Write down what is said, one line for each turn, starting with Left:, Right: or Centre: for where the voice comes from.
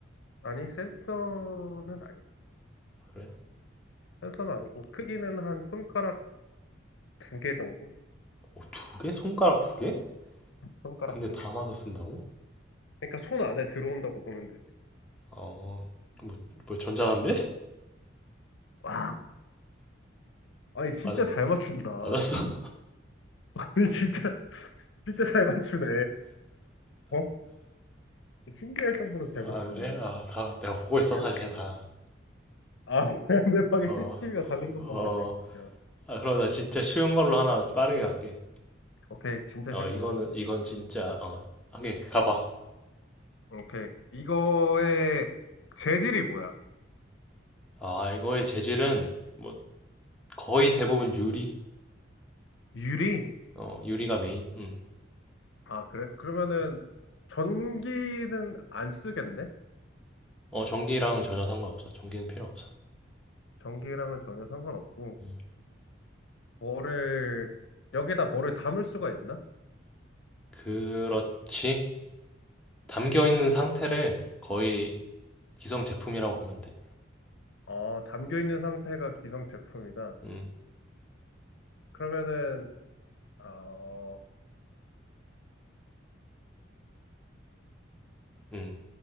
Left: 아니, 센서는 아니야.
Centre: 그래?
Left: 센서는 아니고 크기는 한 손가락 두 개 정도?
Centre: 어, 두 개? 손가락 두 개?
Left: 손가락
Centre: 근데
Left: 두
Centre: 담아서
Left: 개.
Centre: 쓴다고?
Left: 그러니까 손 안에 들어온다고 보면 되지.
Centre: 어, 뭐, 뭐 전자담배?
Left: 와, 아니, 진짜
Centre: 맞,
Left: 잘 맞춘다.
Centre: 맞았어?
Left: <laughs> 아니, 진짜, 진짜 잘 맞추네. 어? 신기할 정도로
Centre: <laughs>
Left: 잘
Centre: 아,
Left: 맞추네.
Centre: 그래? 아, 다 내가 보고 있어,
Left: 그래-
Centre: 사실 다.
Left: 아, <laughs> 내 방에
Centre: 어,
Left: CCTV가 달린 것만
Centre: 어,
Left: 같네, 진짜.
Centre: 아, 그럼 나 진짜 쉬운 걸로 하나 빠르게 갈게.
Left: 오케이, 진짜
Centre: 어,
Left: 쉬운
Centre: 이거는,
Left: 걸로.
Centre: 이건 진짜, 어, 한개 가봐.
Left: 오케이. 이거의 재질이 뭐야?
Centre: 아, 이거의 재질은 뭐 거의 대부분 유리?
Left: 유리?
Centre: 어, 유리가 메인. 음.
Left: 아, 그래? 그러면은
Centre: 음.
Left: 전기는 안 쓰겠네?
Centre: 어, 전기랑은 전혀 상관없어. 전기는 필요 없어.
Left: 전기랑은 전혀 상관없고.
Centre: 음.
Left: 뭐를, 여기다 뭐를 담을 수가 있나?
Centre: 그렇지. 담겨 있는 상태를 거의 기성 제품이라고 보면 돼.
Left: 어, 담겨 있는 상태가 기성 제품이다.
Centre: 음,
Left: 그러면은, 어,
Centre: 음.